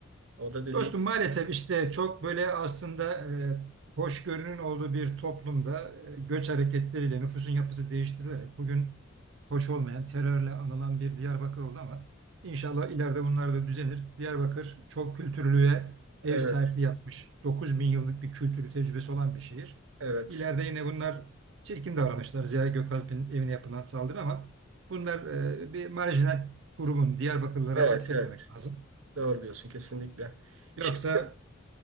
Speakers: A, on the right (about 90°); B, on the right (about 65°).
A: O da dediğin
B: Dostum maalesef işte çok böyle aslında e, hoşgörünün olduğu bir toplumda e, göç hareketleriyle nüfusun yapısı değiştirilerek bugün hoş olmayan terörle anılan bir Diyarbakır oldu ama inşallah ileride bunlar da düzenir. Diyarbakır çok kültürlüğe ev
A: evet,
B: sahipliği yapmış. 9 bin yıllık bir kültürü tecrübesi olan bir şehir.
A: evet.
B: İleride yine bunlar çirkin davranışlar. Ziya Gökalp'in evine yapılan saldırı ama bunlar e, bir marjinal grubun Diyarbakırlara
A: Evet,
B: atfetmemek
A: evet.
B: lazım.
A: Doğru diyorsun kesinlikle.
B: Yoksa
A: Şey,